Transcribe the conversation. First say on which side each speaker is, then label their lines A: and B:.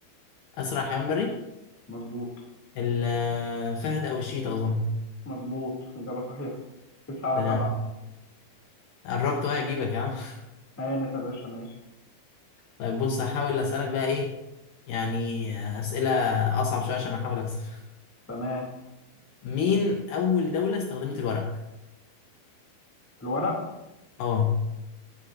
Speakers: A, on the left; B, on the left.
A: أسرع حيوان بري
B: مظبوط
A: الفهد أو الشيتا أظن
B: مظبوط إجابة صحيحة تسعة
A: ده أنا
B: سبعة
A: قربت وهي أجيبك يا عم <laughs>
B: هانف يا باشا ماشي
A: طيب بص هحاول أسألك بقى إيه يعني أسئلة أصعب شوية عشان أحاول أكسب
B: تمام
A: مين أول دولة استخدمت الورق؟
B: الورق
A: أه